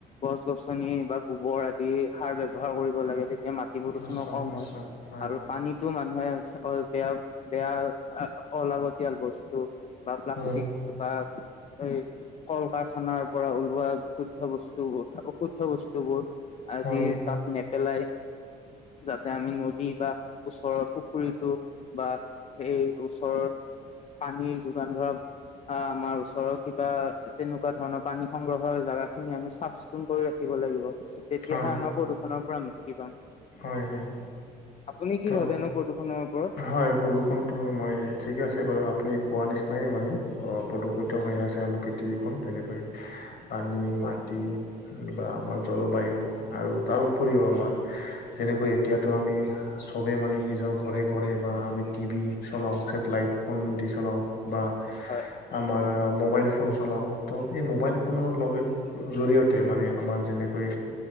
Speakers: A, on the left; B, on the left.
A: গছ গছনিৰ বা। গোবৰ আদি সাৰ ব্যৱহাৰ কৰিব লাগে, তেতিয়া মাটি প্ৰদূষণো
B: নিশ্চয়
A: কম
B: নিশ্চয়
A: হয়
B: হয়
A: আৰু পানীত। টো, মানুহে অ, এতিয়া বেয়া, অলাগতিয়াল বস্তু। বা প্লাষ্টিক
B: হয়
A: বা এই কল-কাৰখানাৰ পৰা ওলোৱা বিশুদ্ধ। শুদ্ধ বস্তুবোৰ, অশুদ্ধ বস্তুবোৰ, আদি
B: হয়
A: তাত নেপেলাই। যাতে আমি নদী বা ওচৰৰ পুখুৰীতটো বা। সেই ওচৰৰ, পানীৰ যোগান ধৰা। আ, আমাৰ ওচৰৰ কিবা, তেনেকুৱা ধৰণৰ পানী সংগ্ৰহৰ জাগা খিনি, আমি চাফ-চিকুণ কৰি ৰাখিব লাগিব, তেতিয়াহে
B: হয়
A: আমাৰ প্ৰদূষণৰ পৰা মুক্তি পাম।
B: হয়, হয়।
A: আপুনি কি
B: ত'
A: ভাবে নো, প্ৰদূষণৰ ওপৰত?
B: হয়, প্ৰদূষণটো মই ঠিকে আছে বাৰু, আপুনি কোৱা নিচিনাই মানে, প্ৰদূষিত হৈ আছে আমাৰ পৃথিৱীখন যেনেকৈ পানী-
A: হয়
B: মাটি। বা আমাৰ জলবায়ু আৰু তাৰ উপৰিও আমাৰ। যেনেকৈ এতিয়াতো আমি, চবে মানে নিজৰ ঘৰে, ঘৰে। বা আমি টিভি চলাওঁ, ছেটেলাইট ফোন দি, চলাওঁ বা।
A: হয়।
B: আমাৰ মোবাইল ফোন চলাওঁ, ত, এই মোবাইল ফোনৰ লগে জৰিয়তে মানে, আমাৰ যেনেকৈ